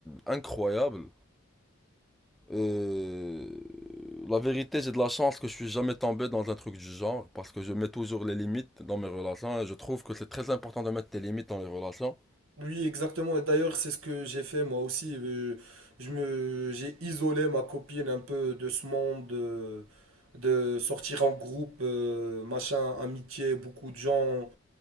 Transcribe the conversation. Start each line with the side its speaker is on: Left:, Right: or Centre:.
Centre: incroyable. Et la vérité, j'ai de la chance que je suis jamais tombé dans un truc du genre, parce que je mets toujours les limites dans mes relations. Et je trouve que c'est très important de mettre tes limites dans les relations.
Right: Oui, exactement. Et D'ailleurs, c'est ce que j'ai fait moi aussi. Euh, Je me, j'ai isolé ma copine un peu de ce monde euh, de sortir en groupe, euh, machin, amitié, beaucoup de gens.